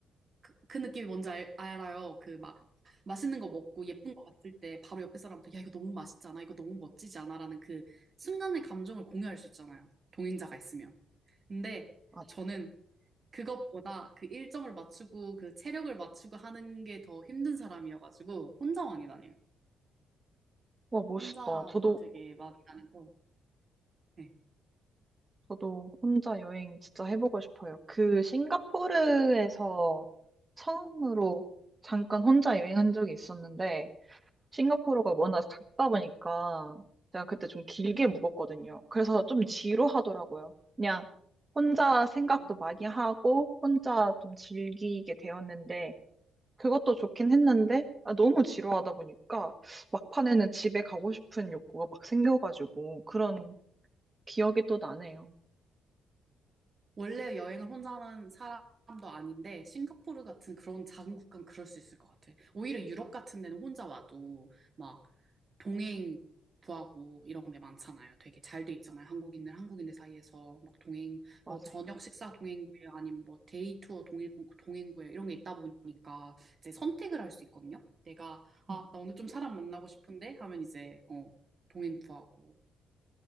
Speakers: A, on the right (about 40°); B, on the right (about 25°).
A: 그, 그 느낌이 뭔지 알, 알아요. 그 막 맛있는 거 먹고 예쁜 거 봤을 때 바로 옆에 사람부터 야 이거 너무 맛있잖아, 이거 너무 멋지지 않아라는 그 순간의 감정을 공유할 수 있잖아요. 동행자가 있으면. 근데
B: 맞아.
A: 저는 그것보다 그 일정을 맞추고 그 체력을 맞추고 하는 게 더 힘든 사람이어가지고 혼자 많이 다녀요.
B: 와, 멋있다.
A: 혼자
B: 저도,
A: 되게 많이 다녀고 네.
B: 저도 혼자 여행 진짜 해보고 싶어요. 그 싱가포르에서 처음으로 잠깐 혼자 여행한 적이 있었는데, 싱가포르가 워낙 작다 보니까 제가 그때 좀 길게 묵었거든요. 그래서 좀 지루하더라고요. 그냥 혼자 생각도
A: 음.
B: 많이 하고, 혼자 좀 즐기게 되었는데, 그것도 좋긴 했는데, 아, 너무 지루하다 보니까, 막판에는 집에 가고 싶은 욕구가 막 생겨가지고, 그런 기억이 또 나네요.
A: 원래 여행을 혼자 하는 사람도 아닌데, 싱가포르 같은 그런 작은 국가는 그럴 수 있을 것 같아. 오히려 유럽 같은 데는 혼자 와도 막 동행 구하고 이런 게 많잖아요. 되게 잘 돼 있잖아요. 한국인들, 한국인들 사이에서 막 동행,
B: 맞아요.
A: 뭐 저녁 식사 동행 구해, 아니면 뭐 데이 투어 동행, 구- 동행 구해, 이런 게 있다 보니까 이제 선택을 할 수 있거든요. 내가, 아,
B: 음.
A: 나 오늘 좀 사람 만나고 싶은데 하면 이제, 어, 동행 구하고.